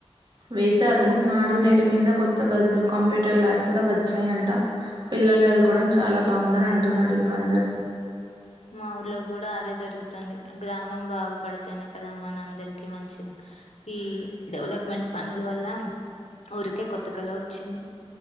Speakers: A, on the right; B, on the left.
A: వేశారు నాడు నేడు కింద కొత్త గదులు కంప్యూటర్ ల్యాబ్ కూడా వచ్చాయంట పిల్లలు చదుకోవనికి చాలా బాగుందని అంటున్నారు ఇప్పుడు అందరుూ
B: మా ఊర్లో కూడా అదే జరుగుతుంది గ్రామం బాగుపడితేనే కదా మన అందరికి మంచిది ఈ డెవలప్మెంట్ పనుల వల్ల ఊరికే కొత్తగాలో వచ్చింది